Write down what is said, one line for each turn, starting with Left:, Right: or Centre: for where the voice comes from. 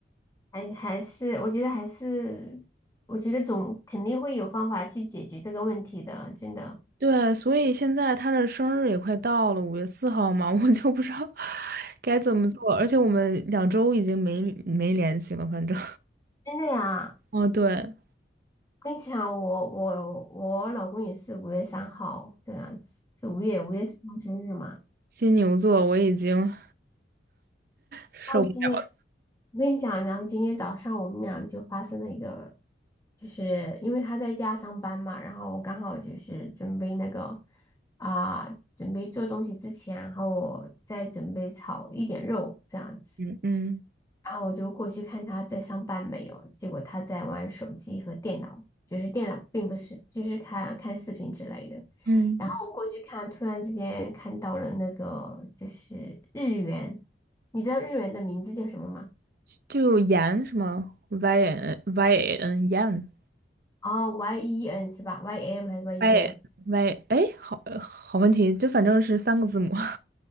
Left: 还还是我觉得还是我觉得总肯定会有方法去解决这个问题的，真的
Right: 对，所以现在他的生日也快到了，五月四号嘛，<laughs> 我就不知道该怎么做。而且我们两周已经没没联系了，反正。
Left: 真的呀。
Right: 哦，对，
Left: 跟你讲，我我我老公也是五月三号这样子，是五月五月三号生日嘛。
Right: 金牛座我已经受不了。
Left: 然后今天我跟你讲，然后今天早上我们俩就发生了一个，就是因为他在家上班嘛，然后我刚好就是准备那个啊、准备做东西之前，然后我再准备炒一点肉这样子。
Right: 嗯嗯
Left: 然后我就过去看他在上班没有，结果他在玩手机和电脑，就是电脑并不是，就是看看视频之类的。
Right: 嗯，
Left: 然后我过去看，突然之间看到了那个就是日元，你知道日元的名字叫什么吗？
Right: 就盐什么 y n y n 盐
Left: 哦，Y E N 是吧？Y M 还是 Y E
Right: y
Left: N？
Right: y 哎，好好问题，就反正是三个字母。<laughs>